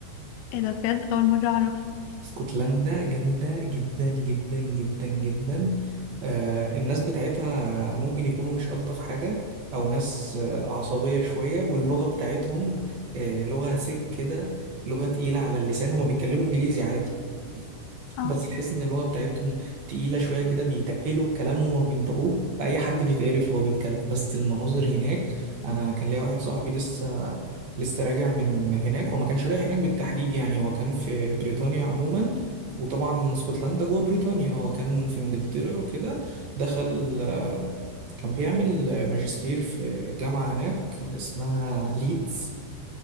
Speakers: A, on the left; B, on the right.
A: ايه ده بجد اول مره اعرف
B: اسكتلندا جامدة جدا جدا جدا جدا آه الناس بتاعتها ممكن يكونوا مش ألطف حاجة أو ناس آه عصبية شوية واللغة بتاعتهم آه لغة سك كده لغة تقيلة على اللسان هما بيتكلموا إنجليزي عادي
A: اه
B: بس تحس ان اللغه بتاعتهم تقيله شويه كده بيتقلوا الكلام وما بينطقوه فاي حد بيتعرف وهو بيتكلم بس المناظر هناك انا كان ليا واحد صاحبي لسه لسه راجع من هناك وما كانش رايح هناك بالتحديد يعني هو كان في بريطانيا عموما وطبعا اسكتلندا جوه بريطانيا هو كان في انجلترا وكده دخل آه، كان بيعمل ماجستير في جامعه هناك اسمها ليدز